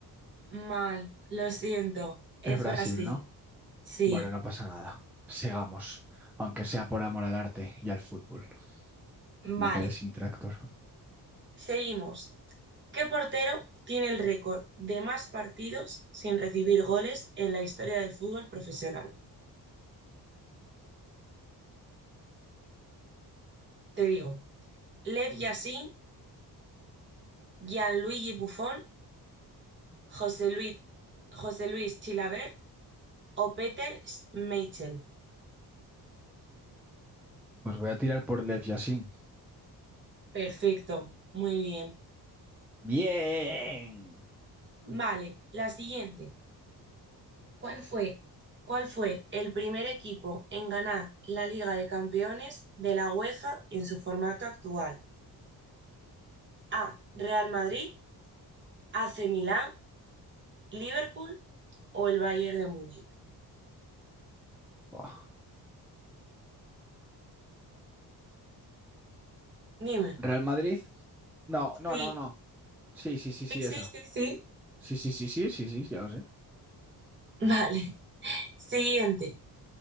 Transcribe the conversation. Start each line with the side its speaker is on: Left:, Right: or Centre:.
Right: Mal. Lo siento. Es
Centre: Es Brasil,
Right: Brasil.
Centre: ¿no?
Right: Sí.
Centre: Bueno, no pasa nada. Sigamos, aunque sea por amor al arte y al fútbol.
Right: Vale.
Centre: Me quedé sin tractor.
Right: Seguimos. ¿Qué portero tiene el récord de más partidos sin recibir goles en la historia del fútbol profesional? Te digo. Lev Yashin, Gianluigi Buffon José Luis, José Luis Chilaver o Peter Schmeichel.
Centre: Pues voy a tirar por Lev Yashin.
Right: Perfecto, muy bien.
Centre: Bien.
Right: Vale, la siguiente. ¿Cuál fue, cuál fue el primer equipo en ganar la Liga de Campeones de la UEFA en su formato actual? A. Real Madrid, AC Milán, Liverpool o el Bayern de Múnich.
Centre: Buah.
Right: Dime.
Centre: Real Madrid. No, no,
Right: Sí,
Centre: no, no. Sí, sí, sí,
Right: sí,
Centre: sí,
Right: sí,
Centre: eso.
Right: sí. sí.
Centre: Sí, sí, sí, sí, sí, sí, ya lo sé.
Right: Vale. <laughs> Siguiente.